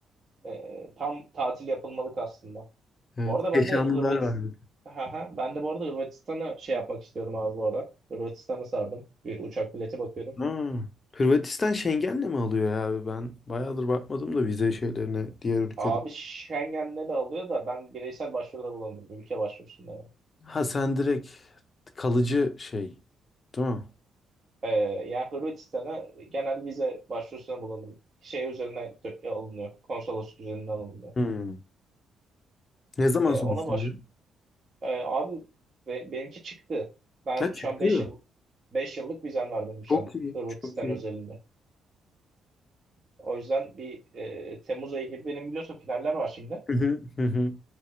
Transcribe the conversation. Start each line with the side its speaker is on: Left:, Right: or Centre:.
Right: e, tam tatil yapılmalık aslında.
Left: Evet.
Right: Bu arada ben
Left: Keşanlılar
Right: de Hırvatistan
Left: var bir de.
Right: ben de bu arada Hırvatistan'a şey yapmak istiyorum abi bu ara. Hırvatistan'a sardım. Bir uçak bileti bakıyorum.
Left: Ha. Hırvatistan Schengen'le mi alıyor ya abi? Ben bayağıdır bakmadım da vize şeylerine diğer ülkede.
Right: Abi Schengen'le de alıyor da ben bireysel başvuruda bulundum. Ülke başvurusunda yani.
Left: Ha sen direkt kalıcı şey, değil mi?
Right: Ee, yani Hırvatistan'a genel vize başvurusuna bulundum. Şey üzerinden dö- alınıyor. Konsolosluk üzerinden alınıyor.
Left: Hmm. Ne zaman
Right: Ee,
Left: sonuçlanıyor?
Right: ona baş... Ee, abi ve benimki çıktı. Ben
Left: Ha
Right: şu
Left: çıktı.
Right: an beş yıl 5 yıllık vizem var benim şu
Left: Çok
Right: an
Left: iyi.
Right: Hırvatistan
Left: Çok iyi.
Right: özelinde. O yüzden bir e, Temmuz ayı gibi benim biliyorsun finaller var şimdi.
Left: Hı hı, hı hı.